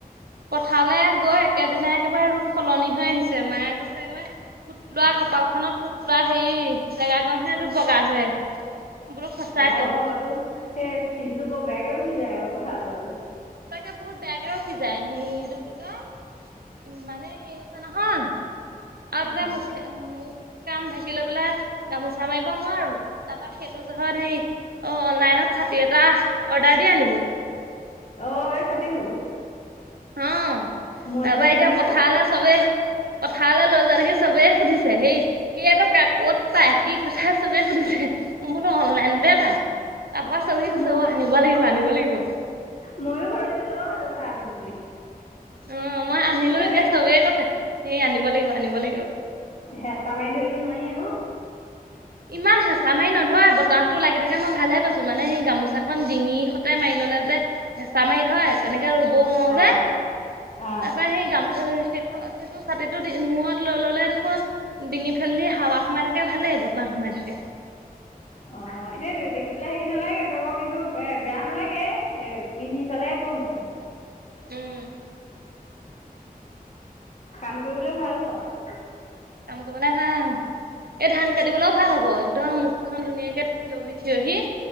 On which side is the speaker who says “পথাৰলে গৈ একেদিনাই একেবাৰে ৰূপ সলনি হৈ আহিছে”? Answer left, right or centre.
Right